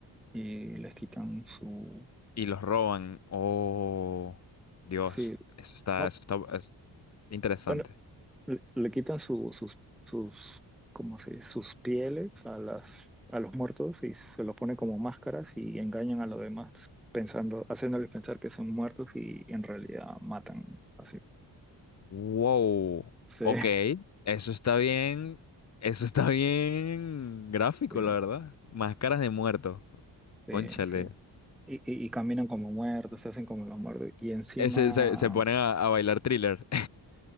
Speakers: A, in the centre; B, on the left.
A: y les quitan su,
B: y los roban. Oh, Dios,
A: sí,
B: eso está,
A: no.
B: eso está es interesante.
A: Bueno, le, le quitan su- sus, sus, ¿cómo se dice? Sus pieles a las, a los muertos y se los ponen como máscaras y engañan a los demás, pensando, haciéndoles pensar que son muertos y en realidad matan así.
B: Wow,
A: Sí,
B: ok,
A: <laughs>
B: eso está bien, eso está bien gráfico,
A: sí,
B: la verdad. Máscaras de muertos,
A: sí,
B: cónchale.
A: sí. Y, y- y caminan como muertos, se hacen como los muertos. Y encima
B: Ese- se, se ponen a, a bailar thriller.